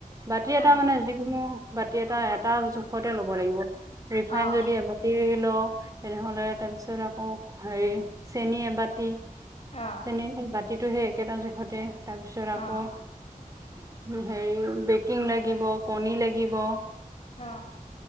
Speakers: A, on the right (about 25°); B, on the left (about 45°).
A: বাতি এটা
B: অ
A: মানে যিকোনো বাতি এটা এটা জোখতে ল'ব লাগিব। ৰিফাইন
B: অ
A: যদি এবাতি ল তেনেহ'লে তাৰপিছত আকৌ হেৰি, চেনি এবাতি
B: অ',
A: চনেহিৰ <unintelligible> যিটো সেই একেটা জোখতে তাৰপিছত
B: অ',
A: আকৌ হেৰি বেকিং লাগিব, কণী লাগিব
B: অ